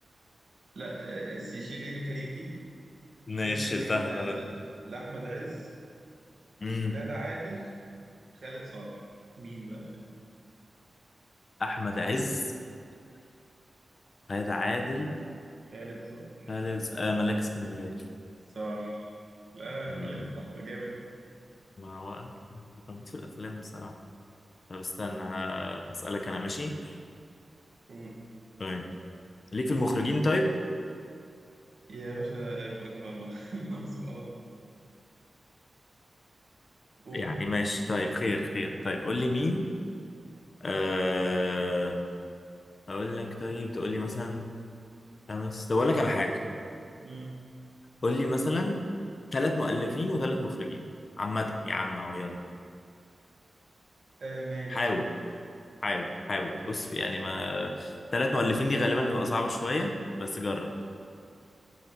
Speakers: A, on the right (about 60°); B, on the left (about 55°).
A: لا آه، شيل نيلي كريم دي
B: ماشي
A: فيلم
B: شلتها
A: كان آه،
B: خلاص
A: لأحمد عز
B: مم.
A: غادة عادل خالد صالح مين بقى الفيلم
B: احمد عز خالد عادل
A: خالد صالح
B: خالد آه ملاك اسكندريه
A: صح لا أنا مش
B: مم.
A: بقول لك انت حو- جامد
B: ما هو أنا بموت في الافلام بصراحه طب استنى ه- هسألك انا ماشي
A: قول
B: طيب ليك في المخرجين طيب
A: يا باشا توكل على الله <laughs> سبحان الله قول
B: يعني ماشي طيب خير خير طيب قول لي مين آه... اقول لك طيب تقول لي مثلا خمس طب اقول لك على حاجه
A: امم
B: قول لي مثلا ثلاث مؤلفين وثلاث مخرجين عامه يا عم اهو يلا
A: آه ماشي
B: حاول
A: ماشي
B: حاول حاول بص في يعني ما ثلاث مؤلفين دي غالبا هتبقى صعبه شويه بس جرب